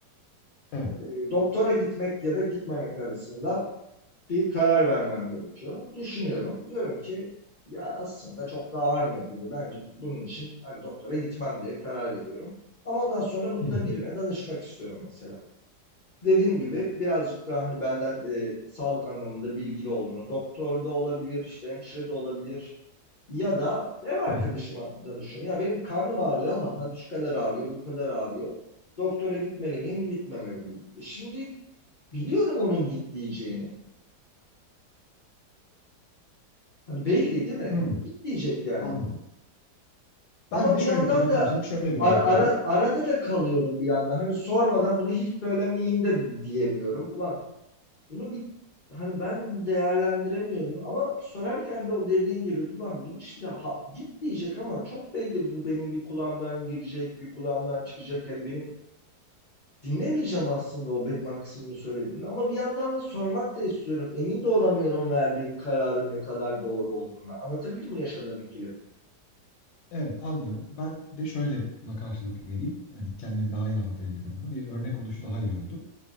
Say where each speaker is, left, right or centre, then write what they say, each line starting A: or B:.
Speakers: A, on the left (about 80°); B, on the left (about 65°).
A: Evet.
B: E, doktora gitmek ya da gitmemek arasında bir karar vermem gerekiyor. Düşünüyorum. Diyorum ki ya aslında çok da ağrımıyor gibi. Bence bunun için hani doktora gitmem diye karar veriyorum. Ama ondan sonra bunu
A: Hı hı.
B: da birine danışmak istiyorum mesela dediğin gibi birazcık daha hani benden e, sağlık anlamında bilgili olduğunu, doktor da olabilir, işte hemşire de olabilir ya da ev arkadaşıma
A: Hı hı.
B: danışıyorum. Ya benim karnım ağrıyor ama hani şu kadar ağrıyor, bu kadar ağrıyor. Doktora gitmeli miyim, gitmemeli miyim? E Şimdi biliyorum onun git diyeceğini. Hani belli değil mi?
A: Hmm,
B: Git diyecek yani.
A: anladım.
B: Ama
A: Ben de
B: bir
A: şöyle
B: yandan
A: buna
B: da
A: karşılık şöyle bir
B: ara,
A: örnek
B: ara,
A: vereyim.
B: arada da kalıyorum bir yandan. Hani sormadan bunu hiç söylemeyeyim de diyemiyorum. Ulan Bunu bir hani ben değerlendiremiyorum ama sorarken de o dediğin gibi ulan bunu şimdi ha, git diyecek ama çok belli bu benim bir kulağımdan girecek bir kulağımdan çıkacak yani benim dinlemeyeceğim aslında o benim maksimimi söylediğini ama bir yandan da sormak da istiyorum emin de olamıyorum verdiğim kararın ne kadar doğru olduğuna anlatabildim mi yaşadığım ikilemi?
A: Evet anlıyorum. Ben de şöyle buna karşılık vereyim. Yani kendimi daha iyi anlatabilmek adına bir örnek oluşu daha iyi oldu.